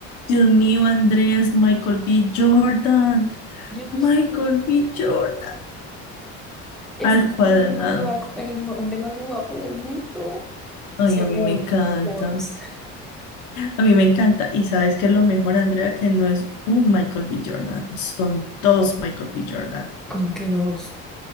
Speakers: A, on the left; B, in the centre.
A: Dios mío, Andrés, Michael B. Jordan,
B: Yo
A: Michael
B: soy
A: B. Jordan,
B: es
A: al
B: el
A: cuadrado.
B: hombre más guapo, el mo- hombre más guapo del mundo,
A: Ay,
B: según
A: a mí me encanta,
B: Forbes.
A: a mí me encanta. Y sabes que lo mejor, Andrea, que no es un Michael B. Jordan, son dos Michael B. Jordan.
B: Como que dos.